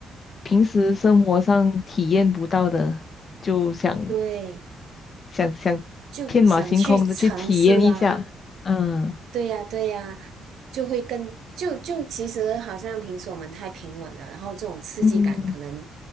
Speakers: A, on the left; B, on the right.
A: 平时生活上体验不到的，就想
B: 对，
A: 想想天马行空的去体验一下，
B: 就想去尝试啊，
A: 嗯
B: 对呀，对呀，就会更就就其实好像平时我们太平稳了，然后这种刺激感可能
A: 嗯